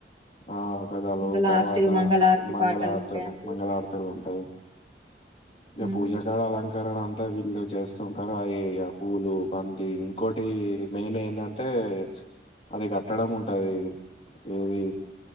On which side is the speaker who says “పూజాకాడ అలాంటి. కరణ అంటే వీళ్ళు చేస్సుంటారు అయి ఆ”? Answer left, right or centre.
Left